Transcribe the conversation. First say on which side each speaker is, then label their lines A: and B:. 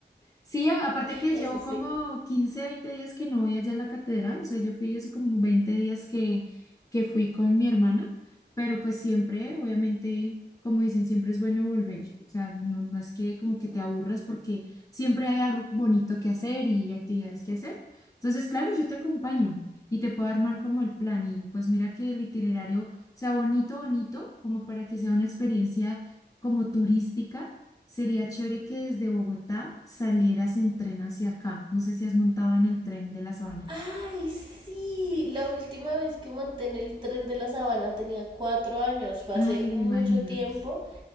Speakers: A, on the left; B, on the right.
A: Sí, a- aparte que
B: Eso
A: llevo
B: sí.
A: como 15 20 días que no voy allá a la catedral, o sea, yo fui hace como 20 días que, que fui con mi hermana, pero pues siempre, obviamente, como dicen, siempre es bueno volver, o sea, no, no es que como que te aburras porque siempre hay algo bonito que hacer y actividades que hacer. Entonces, claro, yo te acompaño y te puedo armar como el plan y pues mira que el itinerario sea bonito, bonito, como para que sea una experiencia como turística Sería chévere que desde Bogotá salieras en tren hacia acá. No sé si has montado en el tren de la Sabana.
B: Ay, sí, la última vez que monté en el tren de la sabana tenía cuatro años, fue
A: Ay,
B: hace mucho
A: imagínate.
B: tiempo,